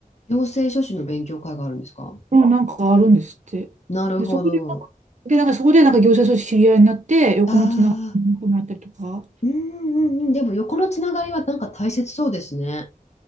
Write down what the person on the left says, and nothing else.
行政書士の勉強会があるんですか
なるほど。
ああ、うんうんうん。でも横のつながりはなんか大切そうですね。